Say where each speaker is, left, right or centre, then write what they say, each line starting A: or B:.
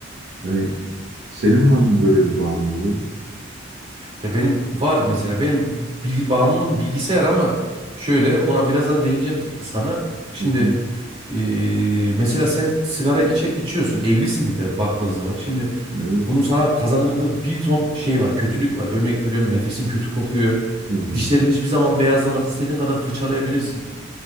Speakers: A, on the right (about 30°); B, on the right (about 55°).
A: Hmm.
B: Hani senin var mı böyle bir bağımlılığın?
A: Ya benim var mesela benim bilgi bağımlılığım bilgisayar ama şöyle ona birazdan değineceğim sana. Şimdi
B: Hı hı.
A: eee, mesela sen sigara içe, içiyorsun evlisin bir de baktığın zaman. Şimdi
B: Evet.
A: bunun sana kazandırdığı bir ton şey var kötülük var. Örnek veriyorum nefesin kötü kokuyor.
B: Hı hı.
A: Dişlerin hiçbir zaman beyazlamaz. İstediğin kadar fırçalayabilirsin.